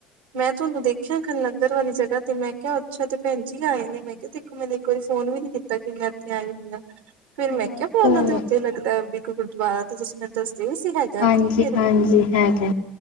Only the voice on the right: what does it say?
ਮੈਂ ਤੁਹਾਨੂੰ ਦੇਖਿਆ ਲੰਗਰ ਵਾਲੀ ਜਗਾ ਤੇ ਮੈਂ ਕਿਹਾ ਅੱਛਾ ਅੱਛਾ ਤ ਭੈਣ ਜੀ ਆਏ ਨੇ ਮੈਂ ਕਿਹਾ। ਮੈਨੂੰ ਇੱਕ ਵਾਰੀ ਫੋਨ ਵੀ ਨੀ ਕੀਤਾ ਕਿ ਮੈਂ ਇੱਥੇ ਆਈ ਹੋਈ ਹਾਂ। ਫਿਰ
ਮੈਂ ਕਿਹਾ ਵੀ ਉਹਨਾਂ ਦੇ ਉੱਥੇ ਲੱਗਦਾ ਵੀ ਇੱਕ ਗੁਰਦੁਆਰਾ ਤੇ ਤੁਸੀਂ ਮੈਨੂੰ ਦੱਸਦੇ ਵੀ ਸੀ ਹੈ।
ਫਿਰ ਵੀ